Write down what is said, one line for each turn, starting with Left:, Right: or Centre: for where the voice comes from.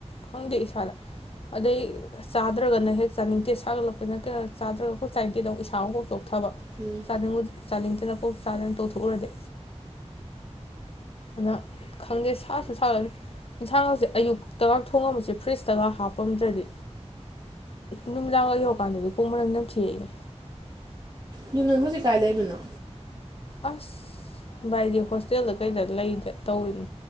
Left: ꯈꯪꯗꯦ ꯏꯁꯥꯗ ꯑꯗꯩ ꯆꯥꯗ꯭ꯔꯒꯅ ꯍꯦꯛ ꯆꯥꯅꯤꯡꯗꯦ ꯁꯥꯒꯠꯂꯛꯄꯅꯤꯅ ꯀꯩꯅꯣ ꯆꯥꯗ꯭ꯔꯒ ꯍꯣꯏ ꯆꯥꯅꯤꯡꯗꯦꯗ ꯏꯁꯥ ꯑꯃ ꯍꯧꯣꯛ ꯊꯕ
Right: ꯎꯝ
Left: ꯆꯥꯅꯤꯡꯉꯗꯤ ꯆꯥꯅꯤꯡꯗꯅ ꯀꯣꯛ ꯆꯥꯗꯅ ꯇꯧꯊꯣꯛꯎꯔꯗꯤ ꯑꯗꯨꯅ ꯈꯪꯗꯦ ꯁꯥꯁꯨ ꯁꯥꯒꯅꯤ ꯏꯟꯁꯥꯡꯒꯁꯦ ꯑꯌꯨꯛꯇꯒ ꯊꯣꯡꯉꯝꯝꯕꯁꯦ ꯐ꯭ꯔꯤꯖꯇꯒ ꯍꯥꯞꯄꯝꯗ꯭ꯔꯗꯤ ꯅꯨꯃꯤꯗꯥꯡꯒ ꯌꯧꯔꯀꯥꯟꯗꯗꯤ ꯈꯣꯡ ꯃꯅꯝ ꯅꯝ ꯊꯤꯛꯏꯅꯦ
Right: ꯗꯨꯅꯪ ꯍꯧꯖꯤꯛ ꯀꯥꯏ ꯂꯩꯕꯅꯣ
Left: ꯑꯁ ꯚꯥꯏꯗꯤ ꯍꯣꯁꯇꯦꯜꯗ ꯀꯩꯗ ꯂꯩ ꯇꯧꯔꯤꯅꯤ